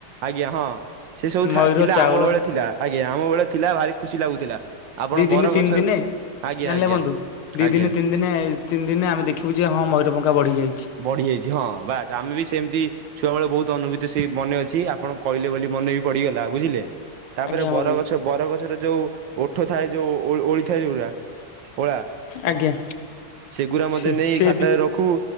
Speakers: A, on the right; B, on the left.
A: ଆଜ୍ଞା ହଁ ସେ ସବୁ
B: ମୟୂର
A: ଥିଲା
B: ଚାଉଳ।
A: ଆମ ବେଳେ ଥିଲା ଆଜ୍ଞା, ଆମ ବେଳେ ଥିଲା ଭାରି ଖୁସି ଲାଗୁଥିଲା। ଆପଣ
B: ଦି ଦିନେ
A: ବର
B: ତିନି
A: ଗଛ
B: ଦିନେ
A: ଆଜ୍ଞା
B: ଜାଣିଲେ
A: ଆଜ୍ଞା
B: ବନ୍ଧୁ ଦି
A: ଆଜ୍ଞା
B: ଦିନେ ତିନି ଦିନେ ତିନି ଦିନେ ଆମେ ଦେଖିବୁ ଯେ ହଁ ମୟୂର ପଂଖା ବଢିଯାଇଛି।
A: ବଢିଯାଇଛି। ହଁ, ବାସ୍ ଆମେ ବି ସେମିତି ଛୁଆ ବେଳେ ବହୁତ୍ ଅନୁଭୂତି ସେ ମନେ ଅଛି ଆପଣଙ୍କ କହିଲେ ବୋଲି ମନେ ବି ପଡିଗଲା। ବୁଝିଲେ? ତାପରେ
B: ଆଜ୍ଞା
A: ବରଗଛ
B: ବନ୍ଧୁ
A: ବରଗଛର ଯୋଉ ଓଠ ଥାଏ ଯୋଉ ଓଳ ଓଳିଥାଏ ଯୋଉଗୁଡା କଳା
B: ଆଜ୍ଞା
A: ସେଗୁଡା ମଧ୍ୟ
B: ସେ
A: ନେଇ
B: ସେ
A: ଖାତାରେ
B: ବି
A: ରଖୁ।